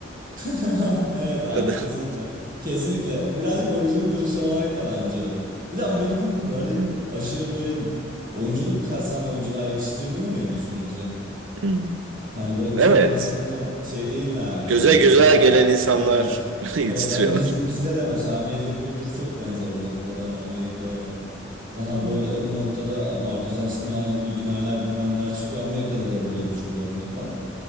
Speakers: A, on the right; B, on the right.
A: <laughs> Evet
B: <laughs>
A: abi kesinlikle. Kesinlikle. Birazcık oyunculuk duruşu olarak da bence öyle. Bir de Amerika'nın böyle
B: Hmm,
A: aşırı böyle oyunculuk kasan oyuncular yetiştirmiyor ya düşününce.
B: hmm.
A: Hani böyle
B: Evet.
A: çok aslında şey değiller yani
B: Göze
A: böyle
B: güzel
A: daha
B: gelen insanlar
A: evet.
B: <laughs> yetiştiriyorlar.
A: Evet hani biz bizde de mesela medya kültürü çok benzer o noktada hani Amerika'yla. Daha
B: Hmm,
A: böyle o noktada abartıyoruz. Hani şimdi Haluk Bilginerler bilmemler çıkıyor. Amerika'da da böyle birçok örnek var.